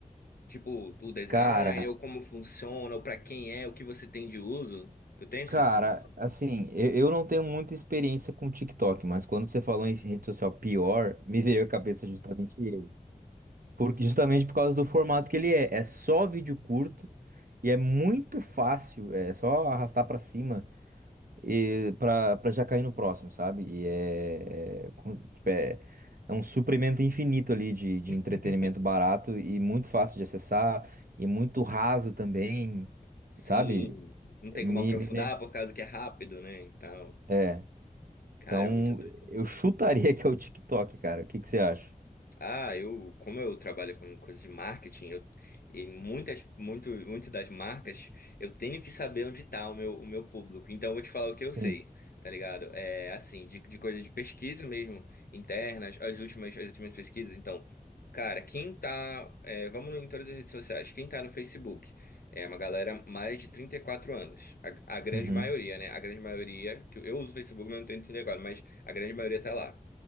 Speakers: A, on the left; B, on the right.
A: Tipo, o design,
B: Cara,
A: ou como funciona, ou pra quem é, o que você tem de uso. Tu tem esse...
B: cara,
A: essa visão?
B: assim, eu, eu não tenho muita experiência com TikTok, mas quando você falou em rede social pior, me veio à cabeça justamente ele. Porque, justamente por causa do formato que ele é. É só vídeo curto e é muito fácil. É só arrastar pra cima e pra, pra já cair no próximo, sabe? E é, é, com- tipo, é, é um suprimento infinito ali de, de
A: <laughs>
B: entretenimento barato e muito fácil de acessar e muito raso também,
A: Sim,
B: sabe?
A: não tem
B: Me,
A: como aprofundar
B: me vem-
A: por causa que é rápido, né? E tal.
B: É.
A: Cara,
B: Então,
A: é muito doido.
B: eu chutaria <laughs> que é o TikTok, cara. O que que você acha?
A: Ah, eu, como eu trabalho com coisas de marketing, eu, e muitas, muito, muito das marcas, eu tenho que saber onde está o meu, o meu público. Então, eu vou te falar o que eu sei,
B: Sim.
A: tá ligado? É assim, de, de coisa de pesquisa mesmo, internas, as últimas, as últimas pesquisas. Então, cara, quem tá, é, vamos em todas as redes sociais, quem tá no Facebook é uma galera mais de 34 anos. A, a grande
B: Uhum.
A: maioria, né? A grande maioria, que eu uso o Facebook, mas não tenho 34, mas a grande maioria tá lá.